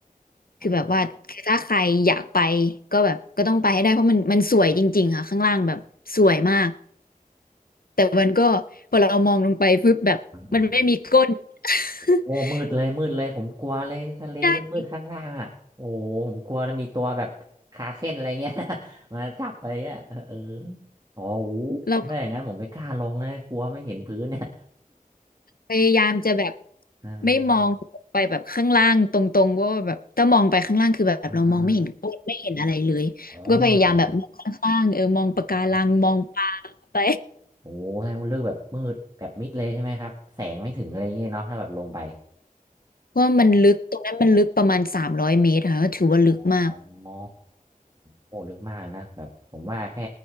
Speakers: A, on the right; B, on the left.
A: อ่า
B: คือแบบว่าคือถ้าใครอยากไปก็แบบก็ต้องไปให้ได้เพราะมันมันสวยจริงๆค่ะข้างล่างแบบสวยมากแต่มันก็พอเรามองลงไปปุ๊บแบบมันไม่มีก้น
A: อ่า
B: <laughs>
A: โอ้มืดเลยมืดเลยผมกลัวเลยทะเลมืดมืดข้างล่างอ่ะโอ้ผมกลัวจะ้มีตัวแบบขาเข้นอะไรเงี้ย
B: ใช่
A: <laughs> มาจับไปอ่ะเอออ๋ออู้
B: เราก็
A: ถ้าอย่างนั้นผมไม่กล้าลงนะกลัวไม่เห็นพื้นเนี่ย
B: พยายามจะแบบ
A: <laughs> อ่าอ่า
B: ไม่มองไปแบบข้างล่างตรงๆเพราะว่าแบบถ้ามองไปข้างล่างคือแบบเรามองไม่เห็นก้นไม่เห็นอะไรเลยก็พยายามแบบมองข้างๆเออมองปะการังมองปลาไป
A: อ่าอ่าอ๋อมืดเลยอ๋อโอ้ทางมันเลือกแบบมืดแบบมิดเลยใช่ไหมครับ แสงไม่ถึงอะไรอย่างเงี้ยเนาะถ้าแบบลงไป
B: <laughs> เพราะว่ามันลึกตรงนั้นมันลึกประมาณสามร้อยเมตรค่ะก็ถือว่าลึกมาก
A: อ๋อโหโหลึกมากนะแบบผมว่าแค่